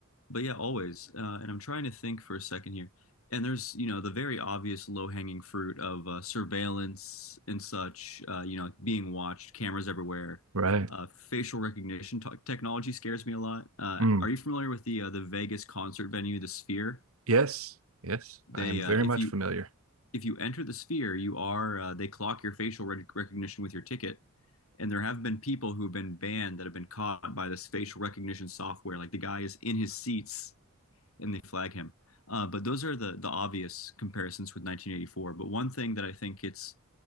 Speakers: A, on the left; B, on the right.
A: but yeah, always. Uh, and I'm trying to think for a second here. And there's, you know, the very obvious low-hanging fruit of uh, surveillance and such, uh, you know, being watched, cameras everywhere.
B: Right.
A: Uh, facial recognition t- technology scares me a lot. Uh,
B: Mm.
A: are you familiar with the uh, the Vegas concert venue, the Sphere?
B: Yes. Yes.
A: They,
B: I am very
A: uh, if
B: much
A: you
B: familiar.
A: if you enter the sphere, you are uh, they clock your facial rec- recognition with your ticket. And there have been people who have been banned that have been caught by this facial recognition software. Like the guy is in his seats and they flag him. Uh, but those are the the obvious comparisons with 1984. But one thing that I think it's